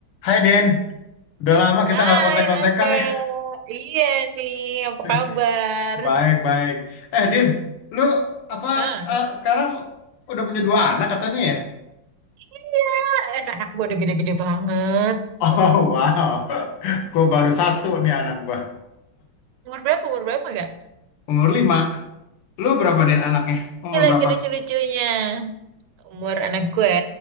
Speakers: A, on the left; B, on the right.
A: Hai Din, udah lama kita
B: Hai
A: nggak kontak-kontakan
B: Angga,
A: nih.
B: iya nih, apa
A: <laughs>
B: kabar?
A: Baik, baik. Eh Din, lu apa
B: Hah.
A: eh, sekarang udah punya dua anak katanya ya? <laughs>
B: Iya, anak-anak gue udah gede-gede banget.
A: Oh wow, gue baru satu nih anak gua.
B: Umur berapa, umur berapa gak?
A: Umur lima. Lu berapa Din anaknya? Umur
B: Eh, lagi
A: berapa?
B: lucu-lucunya. Umur anak gue,